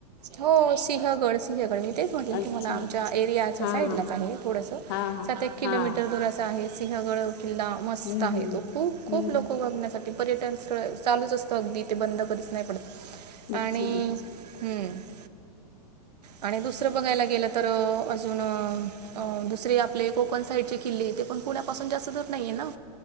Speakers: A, on the right; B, on the left.
A: हो सिंहगड सिंहगड मी तेच म्हटलं
B: अच्छा
A: तुम्हाला आमच्या एरियाच्या
B: हा
A: साईडलाच
B: हा
A: आहे थोडस <unintelligible>
B: हा हा
A: सात एक किलोमीटर
B: हा
A: दुराचा आहे सिंहगड किल्ला मस्त
B: हम्म
A: आहे
B: हम्म
A: तो खूप खूप
B: हम्म
A: लोक ण्यासाठी पर्यटन स्थळ चालूच असतं अगदी ते बंद कदिच नाही पडत
B: अच्छा
A: आणि हम्म <unintelligible> आणि दुसरं बघायला गेलं तर अजून <unintelligible> अ दुसरे आपले कोकण साईडचे किल्ले ते पण पुण्यापासून जास्त दूर नाहीये ना